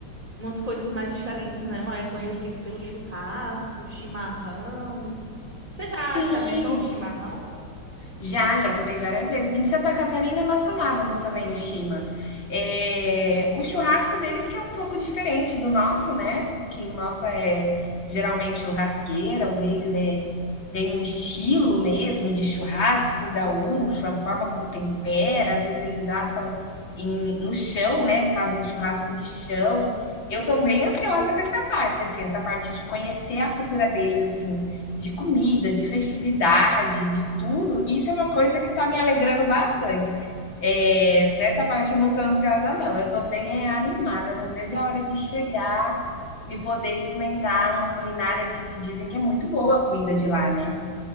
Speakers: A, on the right; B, on the left.
A: umas coisas mais diferentes, né? Lá é conhecido pelo churrasco, chimarrão. Você já
B: Sim,
A: experimentou o chimarrão?
B: Já, já tomei várias vezes. Em Santa Catarina nós tomávamos também os chimas. É, o churrasco deles que é um pouco diferente do nosso, né? Que o nosso é geralmente churrasqueira, o deles é tem um estilo mesmo de churrasco gaúcho, a forma como tempera, às vezes eles assam em- no chão, né? Fazem churrasco de chão. Eu tô bem ansiosa com essa parte, assim, essa parte de conhecer a cultura deles, assim, de comida, de festividade, de tudo. Isso é uma coisa que está me alegrando bastante. É, nessa parte eu não estou ansiosa, não. Eu estou bem é, animada, não vejo a hora de chegar e poder experimentar uma culinária assim que dizem que é muito boa a comida de lá, né?